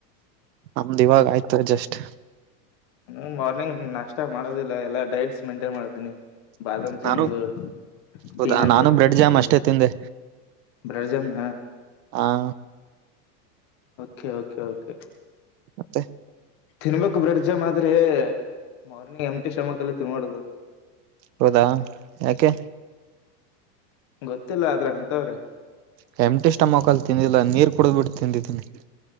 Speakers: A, on the right (about 80°); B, on the left (about 20°).
A: ಆಮ್ದ್ ಇವಾಗ ಆಯ್ತಾರ ಜಸ್ಟ್
B: ಹ ಮಾರ್ನಿಂಗ್ ನಷ್ಟ ಮಾಡೋದಿಲ್ಲ ಎಲ್ಲಾ ಡೈಟ್ಸ್ ಮೇಂಟೈನ್ ಮಾಡತೀನಿ ಬಾದಾಮ್ ತಿನ್ನೋದು
A: ನಾನು ಹೌದಾ
B: ಪೀನಟ್
A: ನಾನು
B: ಬಟರ್
A: ಬ್ರೆಡ್
B: ತಿನ್ನೋದು
A: ಜಾಮ್ ಅಷ್ಟೇ ತಿಂದೆ
B: ಬ್ರಡ್ ಜಾಮನ್
A: ಆ
B: ಕೆ ಓಕೆ ಕೆ
A: ಮತ್ತೆ
B: ತಿನ್ಬೇಕಕ್ು ಬ್ರಿಡ್ಜ ಆದ್ರೆ ಮರ್ನಿ ಎಮ ಟಿ ಶಮಕ್ಲ್ಲಿ ತಿನ್ೋಡುದು
A: ಹೌದಾ ಯಾಕೆ
B: ಗೊತ್ತಿಲ್ಲ ಆದ್ರೆ ಅಂತವ್ರೆ
A: ಹೆಮಟಿಷ್ಟ ಮೊಕಲ್ ತಿಂದಿಲ್ಲ ನೀರ್ ಕುಡುದ್ ಬಿಟ್ಟು ತಿಂದಿದ್ದೀನಿ